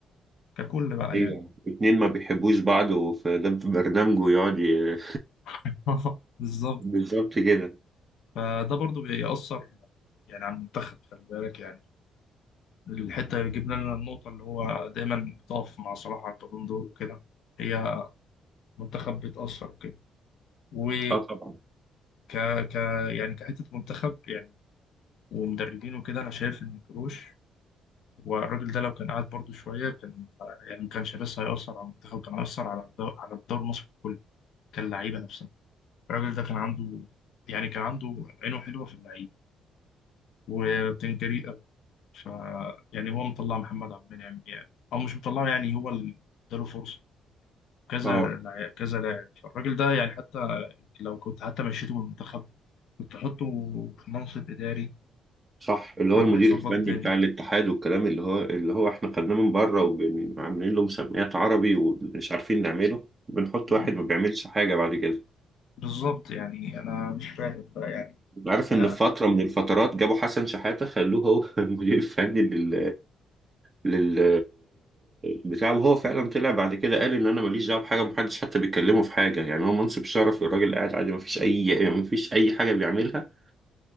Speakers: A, on the left; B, on the right.
A: ككل بقى
B: ايوه
A: يعني
B: اتنين ما بيحبوش بعض وفي ده في برنامجه يقعد ي-
A: <laughs> بالظبط
B: <laughs> بالظبط كده
A: فده برضه بيأثر يعني على المنتخب خلي بالك يعني الحتة جبنا لنا النقطة اللي هو دايما بتقف مع صلاح على البالون دور وكده هي منتخب بيتأثر وكده وك
B: اه طبعا
A: ك يعني كحتة منتخب يعني ومدربين وكده أنا شايف إن كروش والراجل ده لو كان قاعد برضه شوية كان يعني ما كانش بس هيأثر على المنتخب كان هيأثر على الدو... على الدوري المصري كله كان لعيبة نفسها الراجل ده كان عنده يعني كان عنده عينه حلوة في اللعيبة وبتنجري أوي ف يعني هو مطلع محمد عبد المنعم يعني أو مش مطلعه يعني هو اللي اداله فرصة كذا
B: اه
A: لع- كذا لاعب فالراجل ده يعني حتى لو كنت حتى مشيته من المنتخب كنت تحطه في منصب إداري
B: صح اللي
A: كان
B: هو المدير
A: هيظبط
B: الفني
A: الدنيا
B: بتاع الاتحاد والكلام اللي هو اللي هو احنا خدناه من بره وعاملين له مسميات عربي ومش عارفين نعمله بنحط
A: ب-
B: واحد ما بيعملش حاجة بعد كده
A: بالظبط يعني أنا مش فاهم بقى يعني
B: عارف
A: آه،
B: ان في فترة من الفترات جابوا حسن شحاتة خلوه هو <laughs> المدير الفني لل لل بتاع وهو فعلا طلع بعد كده قال ان انا ماليش دعوه بحاجه محدش حتى بيتكلمه في حاجه يعني هو منصب شرفي الراجل قاعد عادي ما فيش اي يعني ما فيش اي حاجه بيعملها